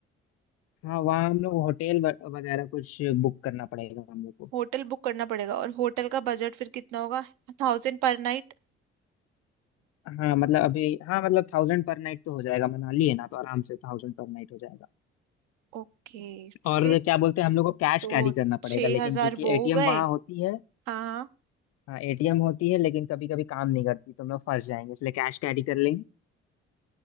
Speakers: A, on the left; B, on the right.
A: हाँ वहाँ हम लोग होटल व- वगैरह कुछ बुक करना पड़ेगा हम लोग को
B: होटल बुक करना पड़ेगा और होटल का बजट फिर कितना होगा Thousand per night
A: हाँ मतलब अभी हाँ मतलब थाउजेंड पर नाइट तो हो जाएगा मनाली है ना तो आराम से थाउजेंड पर नाइट हो जाएगा
B: ओके
A: और
B: फिर
A: क्या बोलते हैं हम लोग को कैश
B: तो
A: कैरी करना
B: छह
A: पड़ेगा लेकिन
B: हजार
A: क्योंकि
B: वो
A: एटीएम
B: हो गए
A: वहाँ होती है
B: हाँ हाँ।
A: हाँ एटीएम होती है लेकिन कभी कभी काम नहीं करती तो हम लोग फंस जाएंगे इसलिए कैश कैरी कर लेंगे